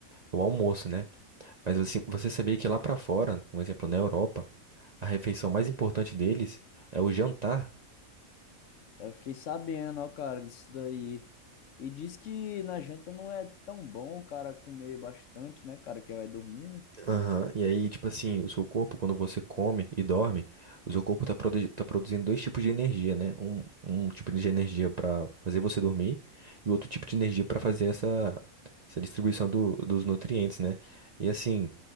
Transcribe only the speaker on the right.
é o almoço, né? Mas assim, você sabia que lá pra fora, um exemplo, na Europa, a refeição mais importante deles é o jantar.
Aham. E aí, tipo assim, o seu corpo, quando você come e dorme, o seu corpo tá, produ- tá produzindo dois tipos de energia, né? Um, um tipo de energia pra fazer você dormir e outro tipo de energia pra fazer essa, essa distribuição do- dos nutrientes, né? E assim,